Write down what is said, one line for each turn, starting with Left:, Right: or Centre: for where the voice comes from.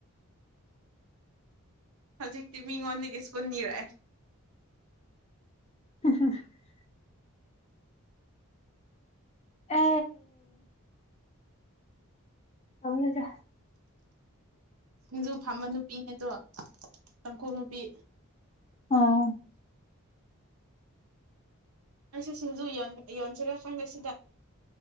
Right: ꯍꯧꯖꯤꯛꯇꯤ ꯃꯤꯉꯣꯟꯗꯒꯤ ꯏꯁꯀꯨꯟ ꯅꯤꯔꯦ
Left: <inaudible> ꯑꯦ ꯈꯪꯗꯦꯗ
Right: ꯃꯗꯨ ꯐꯝꯕ ꯅꯨꯄꯤꯅꯦꯗꯣ ꯇꯥꯡꯈꯨꯜ ꯅꯨꯄꯤ
Left: ꯑꯣ
Right: ꯑꯩꯪꯁꯨ ꯁꯤꯡꯖꯨ ꯌꯣꯟꯁꯤꯔꯦ ꯈꯪꯗꯦ ꯁꯤꯗ